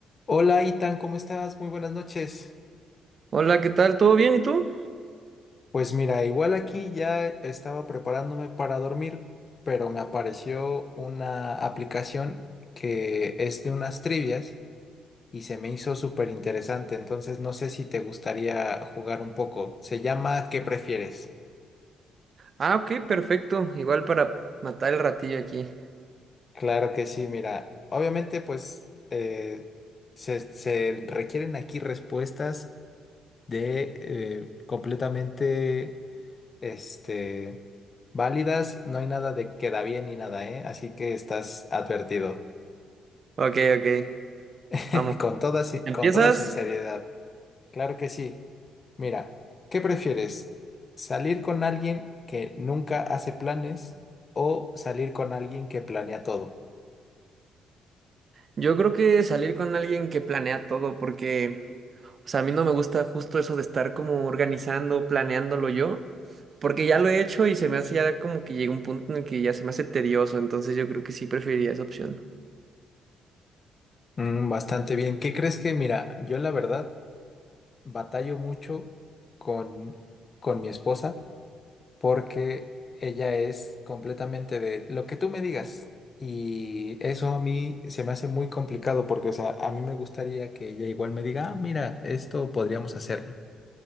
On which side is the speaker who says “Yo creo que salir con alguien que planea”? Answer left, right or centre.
Right